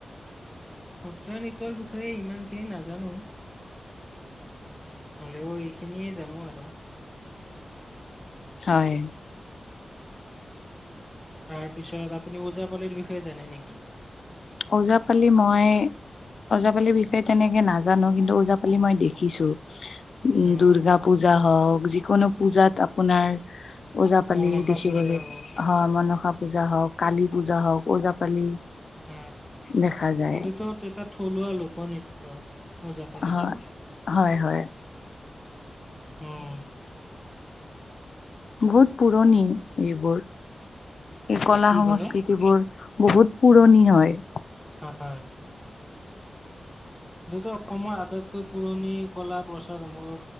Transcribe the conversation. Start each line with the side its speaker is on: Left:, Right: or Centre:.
Centre: সত্ৰীয়া নৃত্যৰ বিষয়ে ইমান খিনি নাজানো। হ'লেও ইখিনি জানো আৰু।
Left: হয়
Centre: তাৰ পিছত আপুনি ওজাপালিৰ বিষয়ে জানে নেকি?
Left: ওজাপালি মই ওজাপালিৰ বিষয়ে তেনেকে নাজানো কিন্তু ওজাপালি মই দেখিছো। উ'
Centre: আহ
Left: দূৰ্গা পূজা হওক যিকোনো পূজাত আপোনাৰ ওজাপালি
Centre: মনসা
Left: দেখিবলৈ,
Centre: পূজা হওক
Left: হয় মনসা পূজা হওক, কালি পূজা হওক ওজাপালি
Centre: হ,
Left: দেখা যায়
Centre: এইটোতো এটা থলুৱা লোকনৃত্য। ওজাপালিতো।
Left: হয় হয় হয়
Centre: অ'।
Left: বহুত পুৰণি এইবোৰ। এই কলা-সংস্কৃতিবোৰ
Centre: কি ক'লে
Left: বহুত পুৰণি হয়।
Centre: হয় যিহেতু অসমৰ আটাইতকৈ পুৰণি কলা-প্ৰচাৰ সমৰ